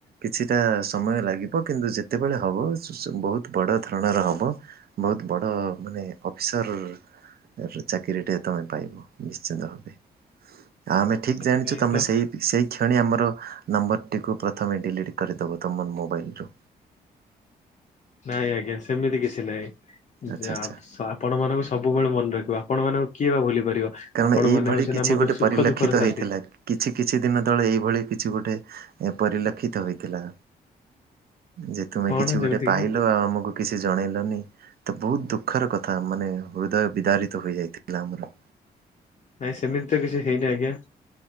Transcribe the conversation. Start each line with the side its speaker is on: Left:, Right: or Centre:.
Right: କିଛିଟା ସମୟ ଲାଗିବ କିନ୍ତୁ ଯେତେବେଳେ ହବ ସୁ ସୁ ବୋହୁତ ବଡ ଧରଣର ହବ। ବୋହୁତ ବଡ ମାନେ ଅଫିସର୍ ର ଚାକିରିଟେ ତମେ ପାଇବ। ନିଶ୍ଚିନ୍ତ ଭାବେ ଆଉ ଆମେ ଠିକ୍ ଜାଣିଚୁ
Left: ଏଥିପାଇଁ
Right: ତମେ
Left: ତ
Right: ସେଇ ସେଇ କ୍ଷଣି ଆମର ନମ୍ବରଟିକୁ ପ୍ରଥମେ ଡିଲିଟି କରିଦବ ତମନ୍ ମୋବାଇଲରୁ।
Left: ନାଇଁ ଆଜ୍ଞା ସେମିତି କିଛି ନାଇଁ
Right: ଆଚ୍ଛା
Left: ଜାପ୍
Right: ଆଚ୍ଛା
Left: ସାପ୍ ଆପଣମାନଙ୍କୁ ସବୁବେଳେ ମନେ ରଖିବୁ ଆପଣମାନଙ୍କୁ କିଏ ବା ଭୁଲି ପାରିବ।
Right: କାରଣ
Left: ଆପଣ
Right: ଏଇଭଳି
Left: ମାନେ ହଉଛନ୍ତି
Right: କିଛି
Left: ଆମ
Right: ଗୋଟେ
Left: ସୁଖ
Right: ପରିଲକ୍ଷିତ
Left: ଦୁଃଖର ସାଥି
Right: ହେଇଥିଲା। କିଛି କିଛି ଦିନ ତଳେ ଏଇଭଳି କିଛି ଗୋଟେ ଏଁ ପରିଲକ୍ଷିତ ହୋଇଥିଲା। ଯେ ତୁମେ
Left: କଣ
Right: କିଛି ଗୋଟେ
Left: ଯେମିତି
Right: ପାଇଲ
Left: କିି
Right: ଆଉ ଆମୁକୁ କିଛି ଜଣେଇଲନି ତ ବୋହୁତ ଦୁଃଖର କଥା ମାନେ ହୃଦୟ ବିଦାରିତ ହୋଇଯାଇଥିଲା ଆମର।
Left: ନାଇଁ ସେମିତି ତ କିଛି ହେଇନି ଆଜ୍ଞା।